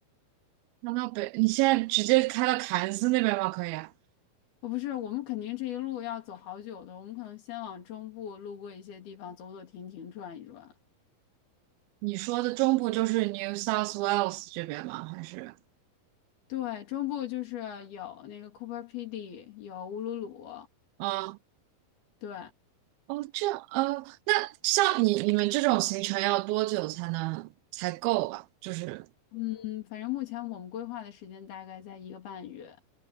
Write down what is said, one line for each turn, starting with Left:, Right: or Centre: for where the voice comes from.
Right: 那到北，你现在直接开到凯恩斯那边吗？可以啊？
Left: 我不是，我们肯定这一路要走好久的，我们可能先往中部路过一些地方，走走停停，转一转。
Right: 你说的中部就是 New South Wales 这边吗？还是
Left: 对，中部就是有那个 Cooper PD，有乌鲁鲁，
Right: 啊？
Left: 对，
Right: 哦，这样，呃，那像你你们这种行程要多久才能才够吧？就是
Left: 嗯，反正目前我们规划的时间大概在一个半月，